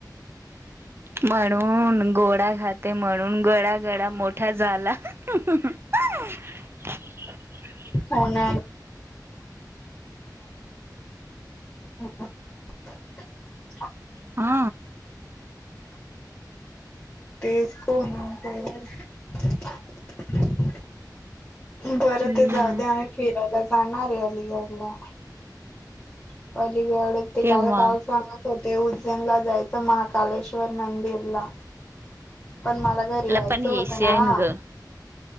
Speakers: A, on the right; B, on the left.
A: म्हणून गोडा खाते म्हणून गळा गळा मोठा झाला. <unintelligible>
B: हो ना <unintelligible> <unintelligible>
A: हा
B: <unintelligible> तेच कोण <unintelligible> बरं
A: हम्म
B: ते जाऊ दया, आम्ही फिरायला पाणारअलीगडला <unintelligible> ते गड ते
A: केव्हा
B: काल काल सांगत होत ते उज्जैनला जायचं महाकालेश्वर मंदिरला पण मला घरी यायचं
A: पण यायचे
B: होतं ना,
A: आहे ग